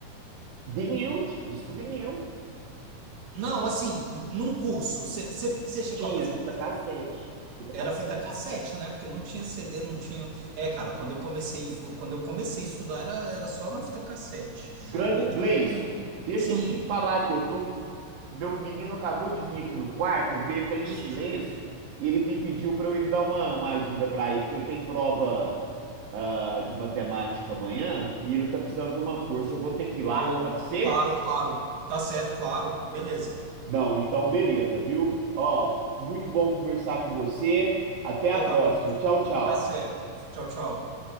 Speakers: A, on the right; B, on the right.
A: vinil, t- disco vinil,
B: Não, assim, num curso. Você, você, você chegou
A: tinha
B: a fazer
A: fita
B: curso?
A: cassete, fita
B: Era
A: cassete.
B: fita cassete, né? Porque não tinha CD, não tinha. É, cara, quando eu comecei, quando eu comecei a estudar era, era só na fita cassete.
A: Gran-
B: Pô,
A: Gleison,
B: que-
A: deixa
B: sim,
A: eu te falar que eu tô Meu menino acabou de vir aqui no quarto, ele veio até em silêncio.
B: Ixi,
A: Ele me pediu para eu ir dar uma, uma ajuda para ele, que ele tem prova ah, de matemática amanhã e ele tá precisando de uma força. Eu vou ter que ir lá,
B: pô,
A: pode ser?
B: claro, claro. Tá certo, claro. Beleza.
A: Não, então beleza, viu? Ó, muito bom conversar com você. Até a
B: Pô,
A: próxima.
B: cara, um prazer.
A: Tchau, tchau.
B: Tá certo. Tchau, tchau.